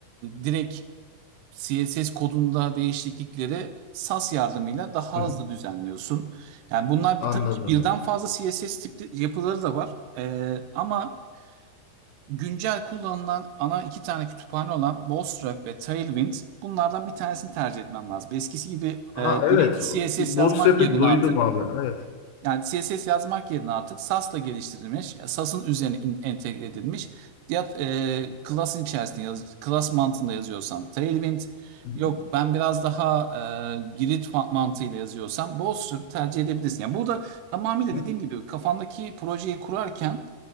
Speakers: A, on the right; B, on the left.
A: direkt CSS kodunda değişiklikleri SAS yardımıyla daha
B: Hı hı.
A: hızlı düzenliyorsun. Yani bunlar
B: Anladım.
A: bir, tabii ki birden fazla CSS tipli yapıları da var. Ee, ama güncel kullanılan ana iki tane kütüphane olan Bootstrap ve Tailwind bunlardan bir tanesini tercih etmem lazım. Eskisi gibi
B: Ha
A: e,
B: evet.
A: direkt CSS
B: Bootstrap'i
A: yazmak yerine
B: duydum
A: artık
B: abi. Evet.
A: yani CSS yazmak yerine artık Sass'la geliştirilmiş, Sass'ın üzerine in- entegre edilmiş ya e, class'ın içerisinde yaz, class mantığında yazıyorsam Tailwind,
B: Hı
A: yok ben biraz daha e, Grid fa- mantığıyla yazıyorsam Bootstrap tercih edebilirsin. Yani burada tamamıyla
B: hı.
A: dediğim gibi kafandaki projeyi kurarken